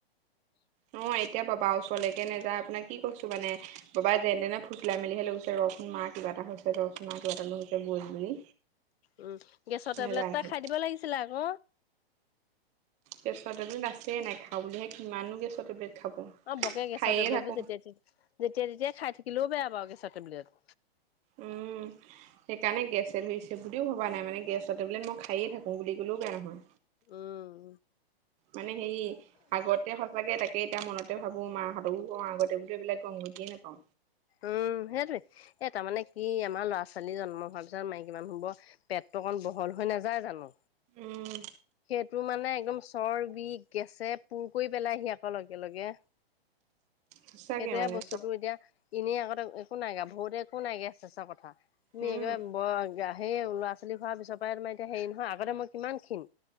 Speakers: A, on the left (about 75°); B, on the right (about 20°).
A: <inaudible>
B: অ এতিয়া বাবা ওচৰলৈকে নাযায় আপোনাক কি কৈছো মানে, বাবাই যেন তেনে ফুচলাই মেলিহে লৈ গৈছে ৰখোন মাক কিবা এটা হৈছে দৰ্চনা কিবা এটা নহৈ হৈছে বুজ বুলি।
A: উম গেছৰ টেবলেট
B: নাযায়হি
A: এটা খাই দিব লাগিছিলে আক।
B: গেছৰ টেবলেট আছে নাই খাওঁ বুলিহে, কিমানো গেছৰ টেবলেট খাব
A: অ বকে গেছৰ
B: খায়ে
A: টেবলেট
B: থাকো
A: বোৰ যেতিয়া যেতিয়া যেতিয়াই খাই থাকিলেও বেয়া বাৰু গেছৰ টেবলেট।
B: উম। সেইকাৰণে গেছে ধৰিছে বুলিও ভবা নাই মানে গেছৰ টেবলেট মই খাই থাকো বুলি কলেও বেয়া নহয়।
A: উম।
B: মানে সেই আগতে সঁচাকে তাকে তাকে এতিয়া মনতে ভাবো মাহঁতকো কওঁ আগতেতো এইবাক কওঁ গতিয়ে নাপাও।
A: উম সেইটোয়ে। এই তাৰমানে কি আমাৰ ল'ৰা -ছোৱালী জন্ম হোৱাৰ পিছত মাইকী মানুহৰ পেট টোকণ বহল হৈ নাযায় জানো।
B: উম
A: সেইটো মানে একদম চৰ্বী, গেছে পুৰ কৰি পেলাইহি আকৌ লগে লগে।
B: সঁচাকে
A: সেইটোয়ে
B: মানে
A: বস্তুটো এতিয়া এনেই আগতে একো নাইগা বহুতে একো নাই গেছ চেচৰ কথা। তুমি
B: উম
A: একবাৰে ব সেই ল'ৰা- ছোৱালী খোৱাৰ পিছৰ পৰাই তোমাৰ এতিয়া হেৰি নহয় আগতে মই কিমান ক্ষীণ।